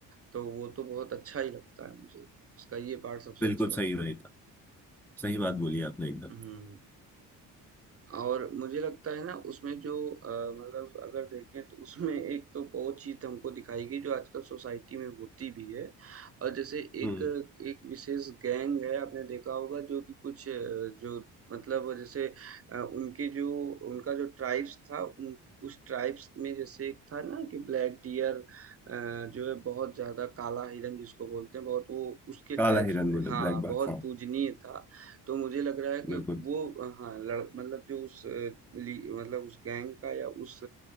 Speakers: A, on the right (about 35°); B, in the centre.
A: तो वो तो बहुत अच्छा ही लगता है मुझे। उसका ये पार्ट सबसे
B: बिल्कुल
A: अच्छा लगता
B: सही वही था सही बात बोली आपने एकदम
A: हुँ। और मुझे लगता है ना उसमें जो अ, मतलब अगर देखें तो उसमें एक तो बहुत चीज़ तो हमको दिखाई गई जो आजकल सोसाइटी में होती भी है। और जैसे
B: हम्म
A: एक एक विशेष गैंग है आपने देखा होगा जो कि कुछ अ, जो मतलब जैसे अ, उनके जो उनका जो ट्राइब्स था उन उस ट्राइब्स में जैसे एक था ना कि ब्लैक डियर अ, जो है बहुत ज़्यादा काला हिरन जिसको बोलते हैं बहुत वो उसके
B: काला
A: ट्राइब्स
B: हिरन
A: में
B: बोले
A: हाँ,
B: ब्लैक
A: बहुत
B: बार हाँ
A: पूजनीय था। तो मुझे लग रहा है
B: बिल्कुल
A: कि वो हाँ लड़ मतलब जो उस अ, ली मतलब उस गैंग का या उस